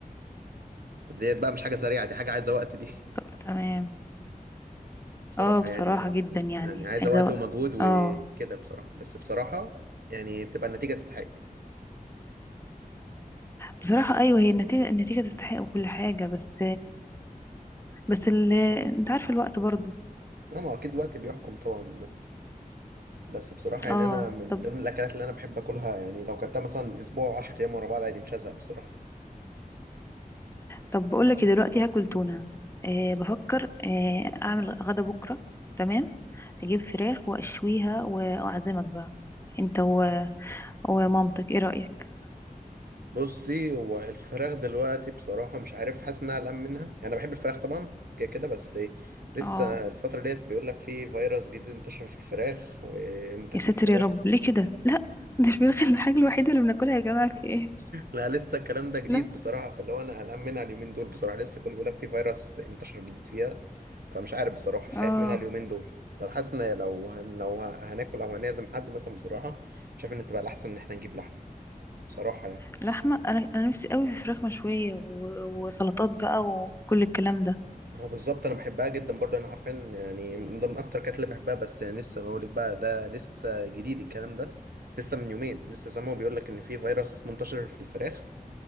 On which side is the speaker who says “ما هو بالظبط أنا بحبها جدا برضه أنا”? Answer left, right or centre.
Right